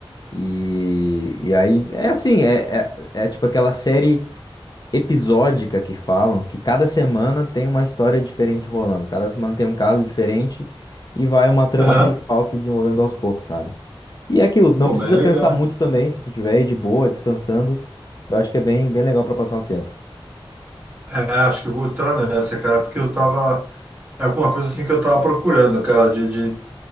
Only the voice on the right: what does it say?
Aham.
Pô,
mas é legal,
hein?
É, acho que eu vou entrar nessa, cara, porque eu tava. É alguma coisa assim que eu tava procurando, cara, de, de...